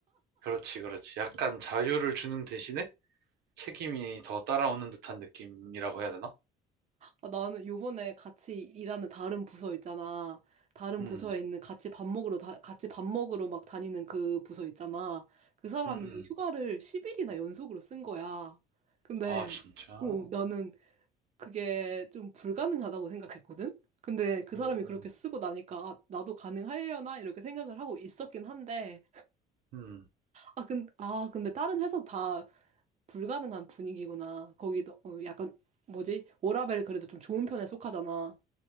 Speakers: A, on the right; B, on the right.
A: 그렇지, 그렇지. 약간 자유를 주는 대신에 책임이 더 따라오는 듯한 느낌이라고 해야 되나?
B: 아, 나는 요번에 같이 일하는 다른 부서 있잖아. 다른
A: 음,
B: 부서에 있는 같이 밥 먹으러, 다, 같이 밥 먹으러 막 다니는 그 부서 있잖아. 그 사람이
A: 음, 음.
B: 휴가를 10일이나 연속으로 쓴 거야. 근데,
A: 아, 진짜.
B: 어, 나는 그게 좀 불가능하다고 생각했거든? 근데 그
A: 음,
B: 사람이 그렇게 쓰고 나니까, 아, 나도 가능하려나? 이렇게 생각을 하고 있었긴 한데,
A: 음.
B: 아, 근, 아, 근데 다른 회사 다 불가능한 분위기구나. 거기도 어, 약간 뭐지? 워라밸 그래도 좀 좋은 편에 속하잖아.